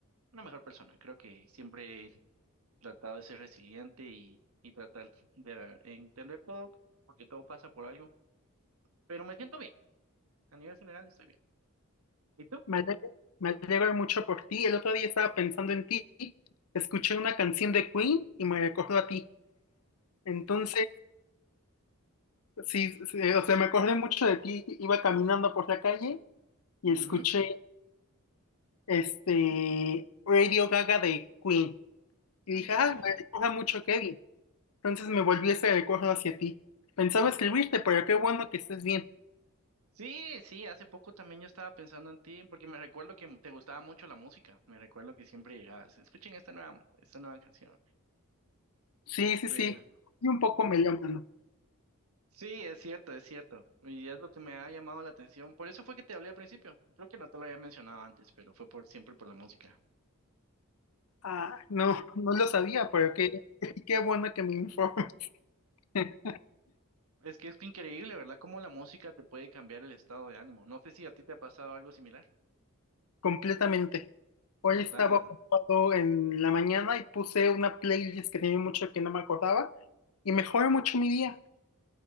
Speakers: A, on the right; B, on the left.
A: una mejor persona. Creo que siempre he tratado de ser resiliente y, y tratar de entender todo, porque todo pasa por algo, pero me siento bien. A nivel general estoy bien. ¿Y tú?
B: Me alegro, me alegro mucho por ti. El otro día estaba pensando en ti. Escuché una canción de Queen y me recordó a ti. Entonces, sí, sí, o sea, me acordé mucho de ti. Iba caminando por la calle y
A: Ujú.
B: escuché este, Radio Gaga de Queen. Y
A: Radio
B: dije, ah,
A: Gaga.
B: me recuerda
A: mm.
B: mucho Kevin. Entonces me volví ese recuerdo hacia ti. Pensaba escribirte, pero qué bueno que estés bien.
A: Sí, sí, hace poco también yo estaba pensando en ti, porque me recuerdo que te gustaba mucho la música. Me recuerdo que siempre llegabas. Escuchen esta nueva, esta nueva canción.
B: Sí, sí,
A: Pero
B: sí. Y un poco melómano.
A: Sí, es cierto, es cierto. Y es lo que me ha llamado la atención. Por eso fue que te hablé al principio. Creo que no te lo había mencionado antes, pero fue por siempre por la música.
B: Ah, no, no lo sabía, pero qué, <laughs> qué bueno que me informe <laughs>
A: Es que es increíble, ¿verdad? Cómo la música te puede cambiar el estado de ánimo. No sé si a ti te ha pasado algo similar,
B: completamente. Hoy
A: ¿verdad?
B: estaba ocupado en la mañana y puse una playlist que tenía mucho que no me acordaba y mejoró mucho mi día.